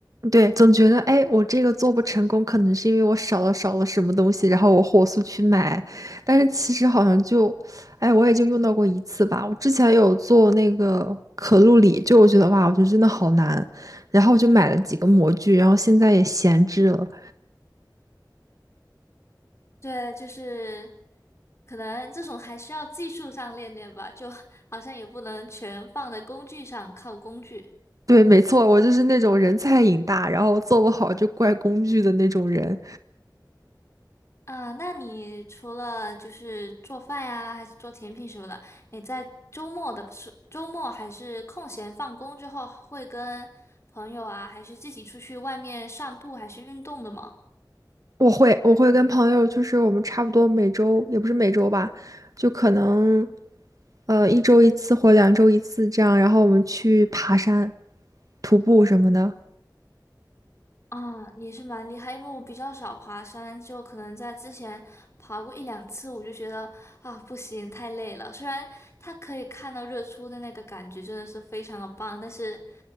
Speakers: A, on the right; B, on the left.
A: 对，总觉得哎，我这个做不成功，可能是因为我少了少了什么东西，然后我火速去买，但是其实好像就，哎，我也就用到过一次吧。我之前有做那个可露里，就我觉得哇，我觉得真的好难，然后我就买了几个模具，然后现在也闲置了。
B: 对，就是可能这种还需要技术上练练吧，就 <laughs> 好像也不能全放在工具上，靠工具。
A: 对，没错，我就是那种人菜瘾大，然后做不好就怪工具的那种人。
B: 啊，那你除了就是做饭呀，还是做甜品什么的，你在周末的时周末还是空闲放工之后，会跟朋友啊，还是自己出去外面散步，还是运动的吗？
A: 我会，我会跟朋友，就是我们差不多每周，也不是每周吧，就可能。呃，一周一次或两周一次这样，然后我们去爬山、徒步什么的。
B: 啊，也是蛮厉害，因为我比较少爬山，就可能在之前爬过一两次，我就觉得啊不行，太累了。虽然它可以看到日出的那个感觉真的是非常的棒，但是